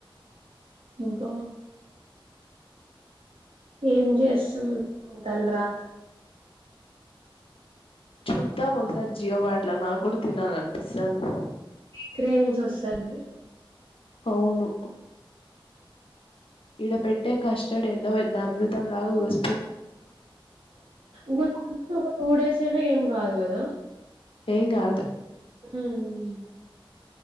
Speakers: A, on the right (about 80°); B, on the left (about 75°).
A: అవ్వ ఏం చేస్తాం తల రాత చ
B: చూద్దాం ఒకసారి జియో మార్ట్లో నాకు కూడా తినాలనిపిస్తాంది
A: కక్రేవింగస్ వస్తాయి
B: అవును ఇడ పెట్టే కష్టం కస్టర్డ్ ఏందో పెద్ద అమృతం లాగా చుస్
A: ఒక టూ డేస్ అయినా ఏం కాదు కదా
B: ఏం కాదు
A: హ్మ్